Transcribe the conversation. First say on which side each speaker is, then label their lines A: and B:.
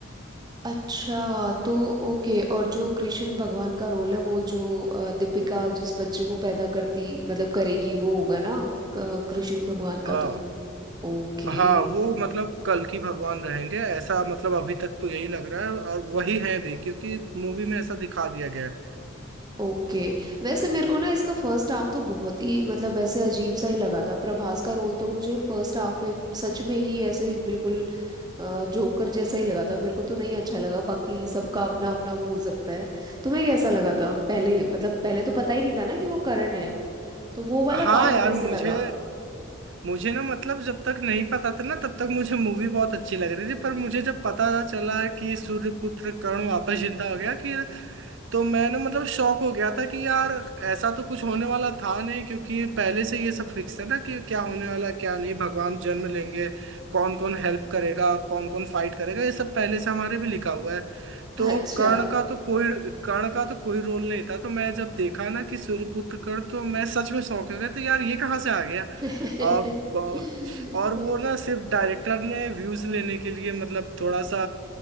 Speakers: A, on the right; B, on the right.
A: अच्छा तो ओके और जो कृष्ण भगवान का रोल है वो जो अ, दीपिका जिस बच्चे को पैदा करती मतलब करेगी वो होगा ना क- कृष्ण भगवान
B: का
A: का तो ओके
B: हाँ वो मतलब कल की भगवान रहेंगे ऐसा मतलब अभी तक तो यही लग रहा है और वही है भी क्योंकि मूवी में ऐसा दिखा दिया गया है
A: ओके वैसे मेरे को ना इसका फर्स्ट हाफ तो बहुत ही मतलब ऐसे अजीब सा ही लगा था प्रभास का रोल तो मुझे फर्स्ट हाफ में सच में ही ऐसे बिल्कुल जोकर जैसा ही लगा था मेरे को तो नहीं अच्छा लगा बाकी सबका अपना अपना वो हो सकता है तुम्हें कैसा लगा था पहले मतलब पहले तो पता ही नहीं था ना कि वो करण है तो वो वाला
B: हाँ
A: पार्ट
B: यार
A: कैसे
B: मुझे
A: लगा
B: मुझे ना मतलब जब तक नहीं पता था ना तब तक मुझे मूवी बहुत अच्छी लग रही थी पर मुझे जब पता चला कि सूर्यपुत्र कर्ण वापस जिंदा हो गया कि तो मैं ना मतलब शॉक हो गया था कि यार ऐसा तो कुछ होने वाला था नहीं क्योंकि पहले से ये सब फिक्स है ना कि क्या होने वाला क्या नहीं भगवान जन्म लेंगे कौन कौन हेल्प करेगा कौन कौन फाइट करेगा ये सब पहले से हमारे भी लिखा हुआ है तो
A: अच्छा
B: कर्ण का तो कोई कर्ण का तो कोई रोल नहीं था तो मैं जब देखा ना कि सूर्यपुत्र कर्ण तो मैं सच में शौक हो गया तो यार ये कहाँ से आ गया
A: <laughs>
B: और प- और वो ना सिर्फ डायरेक्टर ने व्यूज लेने के लिए मतलब थोड़ा सा